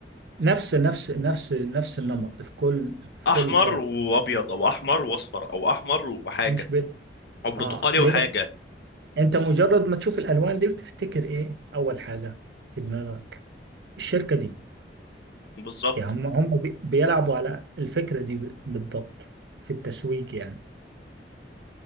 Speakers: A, on the right; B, on the left.
A: نفس نفس نفس نفس النمط في كل في
B: احمر
A: كل فرع
B: وابيض او احمر واصفر او احمر وحاجه
A: مش بيت
B: او برتقالي
A: اه ليه
B: وحاجه
A: انت مجرد ما تشوف الالوان دي بتفتكر ايه اول حاجه في دماغك الشركه دي
B: بالظبط
A: يعني هم هم بي- بيلعبوا على الفكره دي ب- بالضبط في التسويق يعني